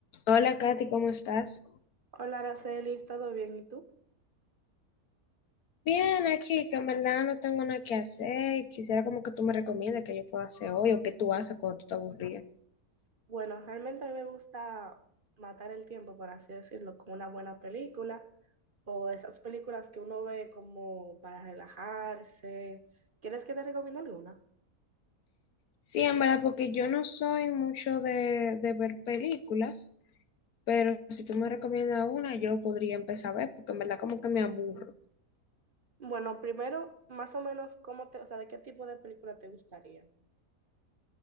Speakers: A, on the left (about 75°); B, on the right (about 40°).
A: Hola Katy, ¿cómo estás?
B: Hola, Araceli, ¿todo bien? ¿Y tú?
A: Bien, aquí, que en verdad no tengo nada que hacer y quisiera como que tú me recomiendes que yo pueda hacer hoy o qué tú haces cuando tú te aburrías.
B: Bueno, realmente a mí me gusta matar el tiempo, por así decirlo, con una buena película o de esas películas que uno ve como para relajarse. ¿Quieres que te recomiende alguna?
A: Sí, en verdad, porque yo no soy mucho de, de ver películas, pero si tú me recomiendas una, yo podría empezar a ver, porque en verdad como que me aburro.
B: Bueno, primero, más o menos, ¿cómo te, o sea, de qué tipo de película te gustaría?